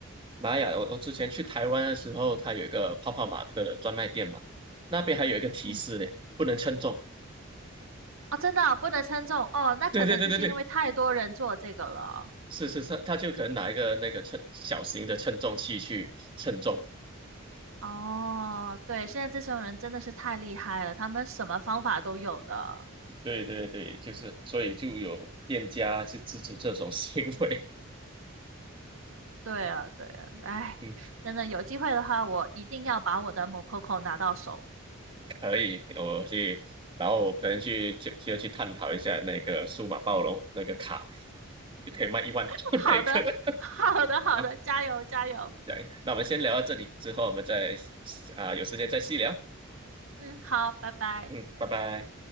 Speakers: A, on the right; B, on the right.
A: 玛雅，我我之前去台湾的时候，它有一个泡泡玛特的专卖店嘛，那边还有一个提示呢，
B: 嗯
A: 不能称重。
B: 哦，真的哦不能称重哦，那可能就是因为太多人做这个了。
A: 对对对对对，是是是，他就可能拿一个那个称小型的称重器去称重。
B: 哦，对，现在这种人真的是太厉害了，他们什么方法都有的。
A: 对对对，就是所以就有店家去制止这种行为。
B: 对啊，对啊，哎，
A: <laughs>
B: 真的有机会的话，我一定要把我的 Mococo 拿到手。
A: 可以，我去，然后我可能去就就去探讨一下那个数码暴龙那个卡，就可以卖一万
B: <laughs>
A: <laughs>
B: 好的，
A: 那个。
B: <laughs> 好的，好的，
A: 啊，
B: 加油，加油。
A: 对，那我们先聊到这里，之后我们再啊、有时间再细聊。
B: 嗯，好，拜拜。
A: 嗯，拜拜。